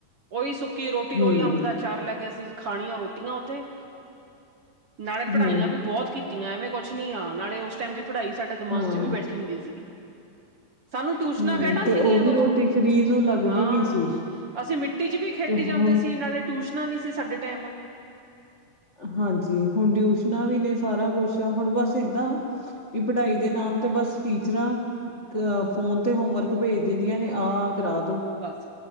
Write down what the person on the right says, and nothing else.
ਓਈ ਸੁੱਕੀ ਰੋਟੀ,
ਓਈ ਅੰਬ ਦਾ ਅਚਾਰ ਲੈ ਕੇ ਅਸੀਂ ਖਾਣੀਆਂ ਰੋਟੀਆਂ ਉੱਥੇ। ਨਾਲੇ ਪੜ੍ਹਾਈਆਂ
ਵੀ ਬੌਤ ਕੀਤੀਆਂ, ਐਵੇਂ ਕੁਛ ਨੀ ਆ, ਨਾਲੇ ਓਸ ਟੈਮ ਦੀ ਪੜ੍ਹਾਈ ਸਾ ਡੇ ਦਿਮਾਗ
'ਚ ਵੀ ਬੈਠੀ ਹੁੰਦੀ ਸੀਗੀ। ਸਾਨੂੰ ਟਿਊਸ਼ਨਾਂ
ਕੇੜਾ
ਸੀਗੀਆਂ
ਓਦੋਂ,
ਹਾਂ।
ਅਸੀਂ ਮਿੱਟੀ 'ਚ ਵੀ ਖੇਡੀ
ਜਾਂਦੇ
ਸੀ, ਨਾਲੇ ਟੂਸ਼ਨਾਂ ਨੀ ਸੀ ਸਾਡੇ ਟੈਮ।
ਬਸ